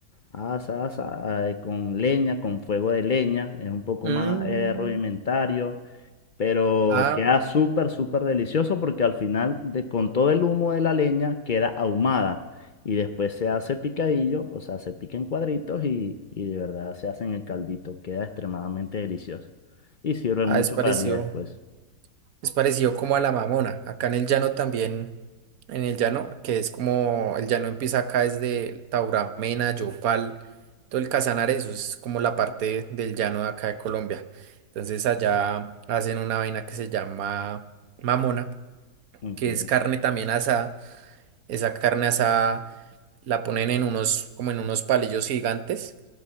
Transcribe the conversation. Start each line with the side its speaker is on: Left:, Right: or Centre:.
Left: Asa, asa, eh, con leña, con fuego de leña. Es un poco
Right: Mm,
Left: más eh, rudimentario pero
Right: Ah,
Left: queda súper, súper delicioso porque al final, de- con todo el humo de la leña, queda ahumada y después se hace picadillo, o sea, se pica en cuadritos y, y de verdad se hace en el caldito, queda extremadamente delicioso y sirve
Right: ah,
Left: mucho
Right: es parecido.
Left: para el día después.
Right: Es parecido como a la Mamona. Acá en el llano también, en el llano, que es como, el llano empieza acá desde Tauramena, Yopal, todo el Casanare, eso es como la parte del llano de acá de Colombia. Entonces allá hacen una vaina que se llama Mamona,
Left: Ok.
Right: que es carne también asada. Esa carne asada la ponen en unos, como en unos palillos gigantes